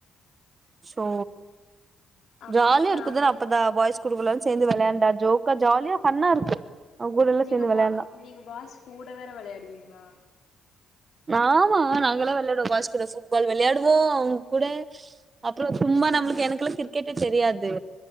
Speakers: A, on the right (about 30°); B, on the left (about 65°).
A: சோ
B: அப்போ
A: ஜாலியா இருக்குதுன்ன
B: நாங்க
A: அப்பதா பாய்ஸ் குடுக்கலா சேர்ந்து வெளையாண்டா ஜோக்கா ஜாலியா ஃபன்னா இருக்கு அவங்க கூடல்லா
B: நீங்க
A: சேந்து வெளையாண்டா
B: பா நீங்க பாய்ஸ் கூட வேற வெளையாடுவீங்ளா
A: ஆமா நாங்கல்லா வெளையாடுவோ பாய்ஸ் கூட புட் ஃபால் வெளையாடுவோ அவுங்க கூட அப்பறோ சும்மா நம்மளுக்கு எனக்குல்லா கிரிக்கெட்டே தெரியாது